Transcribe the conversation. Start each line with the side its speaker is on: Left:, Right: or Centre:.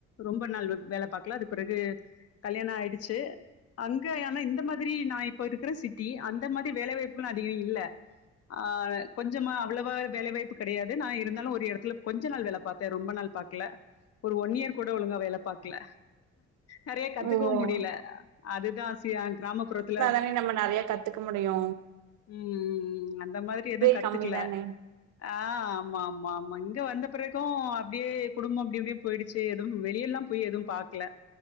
Left: ரொம்ப நாள் வேல பாக்கல அதுக் பிறகு கல்யாண ஆயிடுச்சு அங்க ஆனா இந்த மாதிரி நா இப்ப இருக்கிற சிட்டி அந்த மாத் க்கு வேல வாய்ப்புலா அதிக இல்ல ஆ கொஞ்சமா அவ்ளவா வேலைவாய்ப்பு கெடையாது நா இருந்தாலும் ஒரு எடத்துல கொஞ்ச நாள் வேல பாத் இப்ப ரொம்ப நாள் பாக்கல ஒரு ஒன் இயர் கூட ஒழுங்கா வேல பாக்கல நெறைய கத்துக்கவும்
Right: ஓ!
Left: முடியில அதுதா ஆசியா கிராமப்புறத்துல
Right: மாரி நம்ம நெறைய கத் கத்துக்க முடியு
Left: ம் ம் ம் அந்த மாதிரி எதுவும் கத்துக்ல
Right: கம்மி தானே
Left: ஆ ஆமா ஆமா ஆமா இங்க வந்த பிறகும் அப்டியே குடும்பம் அப்டி இப்டி போய்டுச் சேடும் வெளியில போய் எதுவும் பாக்ல